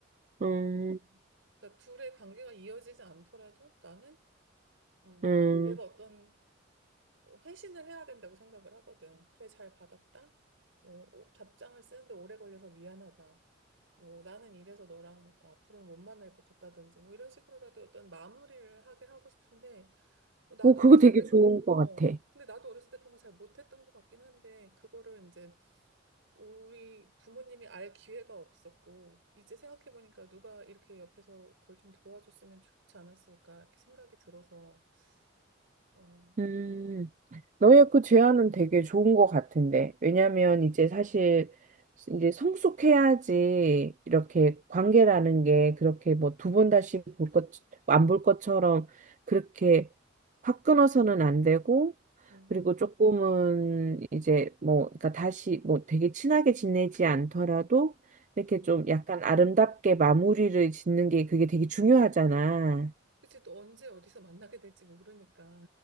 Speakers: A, on the right; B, on the right.
A: 어
B: 음,
A: 그러니까 둘의 관계가 이어지지 않더라도 나는 음,
B: 음.
A: 얘가 어떤 회신을 해야 된다고 생각을 하거든. 그래, 잘 받았다. 뭐, 오- 답장을 쓰는데 오래 걸려서 미안하다. 뭐, 나는 이래서 너랑 어, 앞으로는 못 만날 것 같다든지, 뭐, 이런 식으로라도 어떤 마무리를 하게 하고 싶은데, 뭐 나도
B: 어, 그거
A: 어렸을
B: 되게
A: 때,
B: 좋은 것
A: 어,
B: 같아.
A: 근데 나도 어렸을 때 그런 거 잘 못했던 것 같긴 한데, 그거를 이제 우리 부모님이 알 기회가 없었고, 이제 생각해보니까 누가 이렇게 옆에서 그걸 좀 도와줬으면 좋지 않았을까, 이렇게 생각이 들어서, 어,
B: 음. 너의 그 제안은 되게 좋은 것 같은데. 왜냐면
A: 음,
B: 이제 사실 이제 성숙해야지 이렇게 관계라는 게 그렇게 뭐 두 번 다시 볼 것, 안 볼 것처럼 그렇게 확 끊어서는 안 되고,
A: 음,
B: 그리고 조금은 이제 뭐, 그러니까 다시 뭐 되게 친하게 지내지 않더라도 이렇게
A: 음.
B: 좀 약간 아름답게 마무리를 짓는 게 그게 되게 중요하잖아.
A: 그치, 또 언제 어디서 만나게 될지 모르니까.